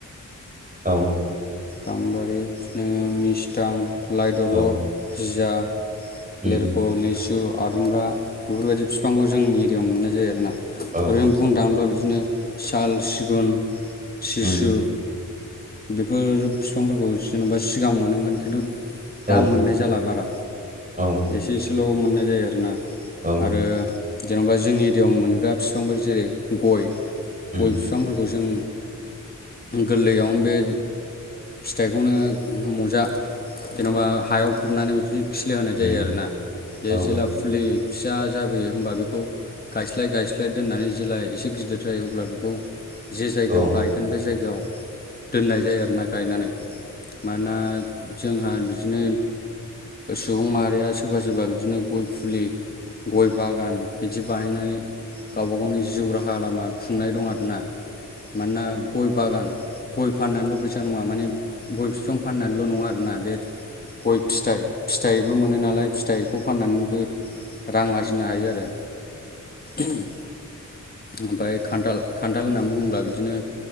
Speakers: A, on the right (about 25°); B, on the left (about 30°).
A: औ।
B: गाम्बारि <unintelligible> नो मिस्तां लाइदलर
A: औ
B: भिजा
A: उम
B: लेर ख' लिसु आदुमब्रा बेफोरबायदि फिफांखौ जोंनि एरियावनो मोननाय जायो आरोना।
A: औ
B: ओरैनो बुंनो दांब्ला बिदिनो साल, सिगुन सिसु
A: उम
B: बेफोर बिफांफोरखौ जेन'बा सिगांङाव मोनोमोन खिन्थु दाम
A: औ
B: मोननाय जाला बारा
A: औ।
B: एसे एसेल' मोननाय जायो आरोना
A: औ
B: आरो जेन'बा जोंनि एरियाव मोनग्रा फिफांफोर जेरै गय गय
A: उम
B: फ <unintelligible> फांफोरखौ जों गोल्लैयावनो बे फिथाइखौनो <unintelligible> मजा जेन'बा हायाव फबनानै बि <unintelligible> खिलि होनाय जायो
A: उम
B: आरोना बे
A: औ
B: जेला फुलि फिसा जाबोयो होमबा बेखौ गायस्लाय गायस्लाय दोननानै जेब्ला एसे गिदिर जायो अब्ला बेखौ जे जायगायाव
A: औ
B: गायगोन बे जायगायाव दोननाय जायो आरो ना गायनानै मानोना जोंहा बिदिनो सुबुं माहारिया सोरबा सोरबा बिदिनो गय फुलि गय बागान बिदि बानायनानै गावबा-गावनि जिउ राहा लामा खुंनाय दं आरोना मानोना गय बागान गय फाननानैल' फैसा नङा माने गय बिफां फाननानैल' नंङा आरोना बे गय फिथाइ फिथाइबो मोनो नालाय फिथाइखौ फाननानैबो रां आरजिनो हायो आरो ओम ओमफ्राय खान्थाल खान्थाल होननानै बुङोब्ला बिदिनो